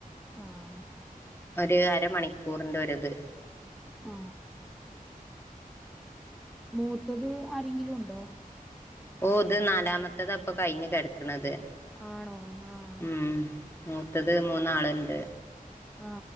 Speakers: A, in the centre; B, on the left.
A: ആഹ് <inaudible>
B: ഒര്, അരമണിക്കൂറിന്റെ ഒരിത്.
A: ആ. മൂത്തത് ആരെങ്കിലുണ്ടോ?
B: ഓ, ഇത് നാലാമത്തതാപ്പൊ കഴിഞ്ഞ് കെടക്ക്ണത്.
A: ആണോ. ആ.
B: ഉം. മൂത്തത് മൂന്നാള്ണ്ട്.
A: ആ